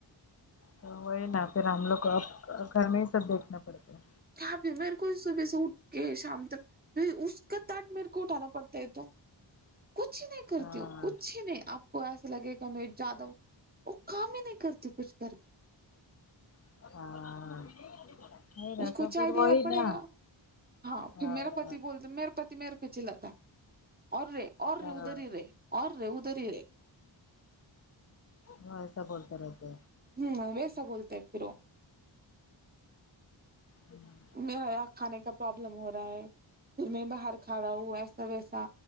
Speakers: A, on the left; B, on the right.
A: تو وہی نا پھر ہم لوگ کو اب گھر میں ہی سب دیکھنا پڑتے ہیں
B: کیا بھی میرے کو صبح سے اٹھ کے شام تک اس کا تاٹ میرے کو اٹھانا پڑتا ہے تو کچھ نہیں کرتی
A: ہاں
B: ہوں کچھ نہیں آپ کو ایسے لگے کہ مدڈی جادو وہ کام ہی نہیں کرتی کچھ کر کے
A: ہاں نہیں نا
B: اس کو
A: تو پھر
B: چائے دینا
A: وہی
B: پڑے
A: نا
B: گا ہاں
A: ہاں
B: پھر میرا پتی بولتے میرے پتی میرے پہ چلا تھا اور رے اور
A: ہاں
B: رے ادھر ہی رے اور رے ادھر ہی رے
A: ہاں ایسا بولتا رہتے
B: ہوں ویسا بولتا ہے پھر وہ
A: ہمم
B: میرا کھانے کا پرابلم ہو رہا ہے پھر میں باہر کھا رہا ہوں ایسا ویسا